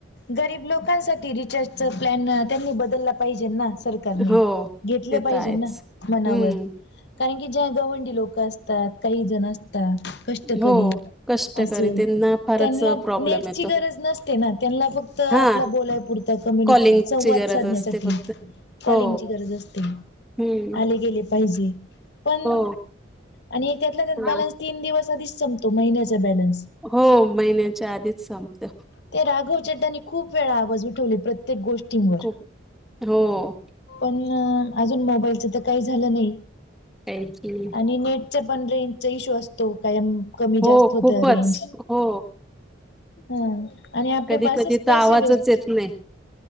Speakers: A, on the left; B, in the centre.
A: गरीब लोकांसाठी रिचार्जचा प्लॅन त्यांनी बदलला पाहिजे ना. सरकारने
B: हो
A: घेतलं
B: ते
A: पाहिजे
B: तर आहेच
A: ना मनावर.
B: हम्म
A: कारण की ज्या गवंडी लोक असतात काही जण असतात कष्टकरी
B: हो कष्टकरी
A: असे
B: त्यांना फारच
A: त्यांना
B: प्रॉब्लेम
A: नेटची
B: येतो
A: गरज नसते ना. त्यांना फक्त आपला
B: हा
A: बोलाय पुुरत कम्युनिके
B: कॉलिंगची
A: संवाद
B: गरज
A: साधण्यासाठी.
B: असते फक्त
A: कॉलिंगची
B: हो
A: गरज असते.
B: हम्म
A: आले गेले पाहिजे पण
B: हो
A: आणि त्यातला त्यात
B: हा
A: बॅलन्स तीन दिवस आधीच संपतो महिन्याचा बॅलन्स.
B: हो महिन्याच्या आधीच संपते.
A: ते राघव चडडानी खूप वेळा आवाज उठवले प्रत्येक गोष्टीवर
B: खूप हो
A: पण अजून मोबाईलच तर काही झालं नाही
B: काहीच नाही
A: आणि नेट च पण रेंजचा इश्यू असतो काय कमी
B: हो
A: जास्त होत
B: खूपच
A: रेंज.
B: हो
A: हम आणि आपली
B: कधी
A: पासेच
B: कधी
A: पैसे
B: तर आवाजच
A: वेस्ट
B: येत नाही